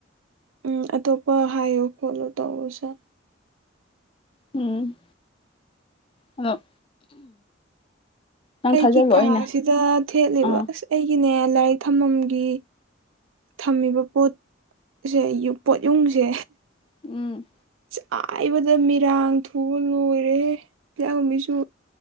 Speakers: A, on the right (about 80°); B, on the left (about 25°).
A: ꯎꯝ ꯑꯇꯣꯞꯄ ꯍꯥꯏꯌꯣ ꯈꯣꯠꯂꯣ ꯇꯧꯑꯣ ꯁꯥ
B: ꯎꯝ ꯑꯗꯣ ꯅꯪ
A: ꯑꯩꯒꯤ
B: ꯊꯥꯖꯜꯂꯣ
A: ꯀꯥꯁꯤꯗ
B: ꯑꯩꯅ
A: ꯊꯦꯠꯂꯤꯕ
B: ꯑꯥ
A: ꯑꯁ ꯑꯩꯒꯤꯅꯦ ꯂꯥꯏꯔꯤꯛ ꯊꯝꯃꯝꯒꯤ ꯊꯝꯃꯤꯕ ꯄꯣꯠꯁꯦ ꯄꯣꯠ ꯌꯨꯡꯁꯦ
B: ꯎꯝ
A: ꯆꯥꯏꯕꯗ ꯃꯤꯔꯥꯡ ꯊꯨꯕ ꯂꯣꯏꯔꯦ ꯂ ꯃꯤꯁꯨ